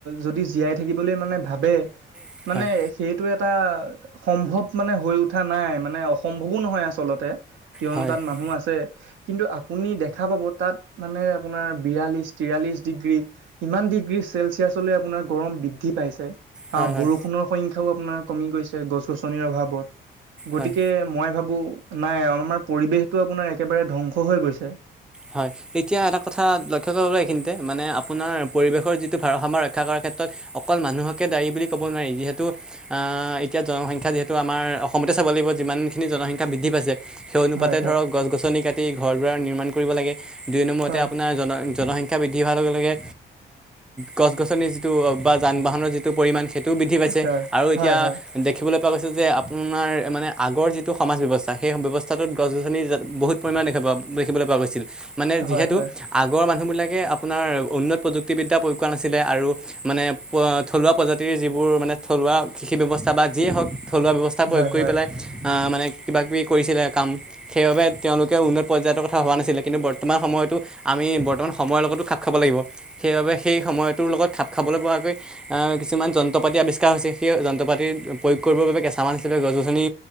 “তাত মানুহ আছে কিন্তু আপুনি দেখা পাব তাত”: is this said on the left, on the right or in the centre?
Right